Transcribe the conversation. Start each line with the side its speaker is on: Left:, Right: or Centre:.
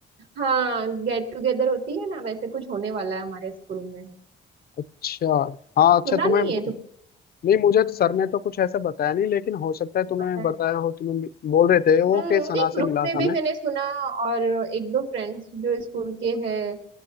Right: हाँ गेट टुगेदर होती है ना वैसे कुछ होने वाला है हमारे स्कूल में
Left: अच्छा हाँ
Right: सुना
Left: अच्छा तुम्हें
Right: नहीं है तो
Left: नहीं मुझे तो सर ने तो कुछ ऐसा बताया नहीं लेकिन हो सकता है तुम्हें
Right: पता है
Left: बताया हो तुम बोल रहे थे वो
Right: हम्म
Left: के सना
Right: नहीं ग्रुप
Left: से मिला
Right: में
Left: था
Right: भी
Left: मैं
Right: मैंने सुना और एक दो फ्रेंड्स जो स्कूल के हैं